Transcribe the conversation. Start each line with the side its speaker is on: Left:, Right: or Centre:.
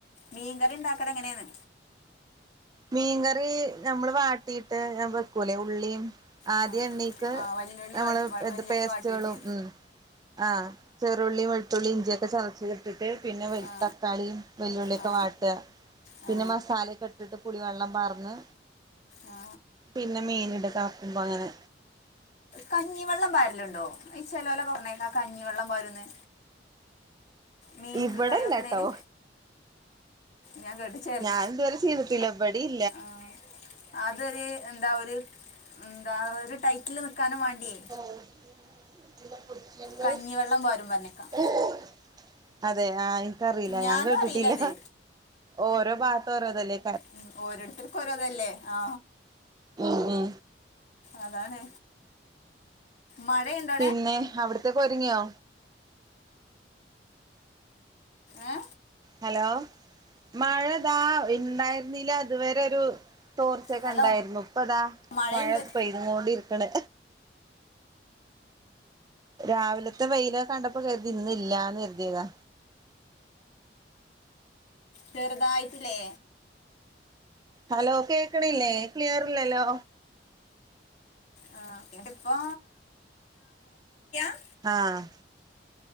Left: മീൻകറി ഉണ്ടാക്കലെങ്ങനെന്ന്
Right: മീൻകറി നമ്മള് വാട്ടിയിട്ട് ഞാൻ വെക്കൂല്ലെ ഉള്ളീം ആദ്യ
Left: ആ
Right: ണ്ണീക്ക്
Left: ആ വല്ലുള്ളി
Right: നമ്മള്
Left: വാട്ടി വല്ലുള്ളി
Right: ത് പേസ്റ്റുകളും
Left: വാട്ടിയിട്ട്
Right: ഉം ആ ചെർത്ത് രുള്ളീം വെുത്തുള്ളി ഇഞ്ചിയൊക്കൊചതച്ച് പിന്നെ
Left: ആ
Right: താക്കളീം വെല്ലുളിയൊക്കെ
Left: ആ
Right: വാട്ട
Left: ആ
Right: പിന്നെ മസാലൊക്കെ ഇട്ട്ട്ട് പുള്ളി വെള്ളം പാർന്ന്
Left: ആ
Right: പിന്നെ മീൻ ഇട തെളക്കുമ്പോ അങ്ങനെ
Left: കഞ്ഞിവെള്ളം പാരലുണ്ടോ ഈ ചേലോലൊക്കെ പറഞ്ഞേക്ക കഞ്ഞിവെള്ളം പാരൂന്ന് മീൻ
Right: ഇവിടെല്ലാട്ടോ
Left: കറി വെക്ക്ണതീല് ഞാൻ ശ്രേദ്ധിച്ചില്ല
Right: അത് ഇതുവരെ ചെയ്തിട്ടില്ല ഇബടിം
Left: ആ അതൊരു എന്താ ഒരു എന്താ ഒരു ടൈറ്റില് നിക്കാനും വാണ്ടിയേ
Right: <unintelligible>
Left: കഞ്ഞിവെള്ളം പാരും പറഞ്ഞേക്കാം
Right: അതെ ആഹ എനിക്കറിയില്ല
Left: ഞാനും
Right: ഞാൻ കേട്ടിട്ടില്ല
Left: അറിയില്ല അത്
Right: ഓരോ ഭാത്ത് ഓരോതല്ലേ
Left: ഉം ഓരോർത്തർക്കും ഓരോതല്ലേ ആ
Right: ആ ആ
Left: അതാണ് മഴ യിണ്ട
Right: പിന്നെ, അവിടത്തെക്കെ ഒരുങ്ങിയോ
Left: ഏ
Right: ഹലോ! മഴതാ ഇണ്ടായിരുന്നില്ല ഇതുവരെരു ച്ചോർച്ചയൊക്കെ
Left: ഹലോ
Right: ണ്ടായ്രുന്നു. ഇപ്പതാ
Left: മഴയുണ്ട്
Right: മഴ പേഴ്ത്തുകൊണ്ടിര്ക്ക്ണ് രാവിലത്തെ വെയില് കണ്ടപ്പോ, കരുതി ന്ന് ഇല്ലാന്ന് കര്തിയതാ.
Left: ചെറുതായിട്ട്ല്ലേ
Right: ഹലോ കേക്ക്ണില്ലേ ക്ലിയറില്ലല്ലോ.
Left: ആ ഇപ്പൊ <inaudible> <inaudible>
Right: ആഹ്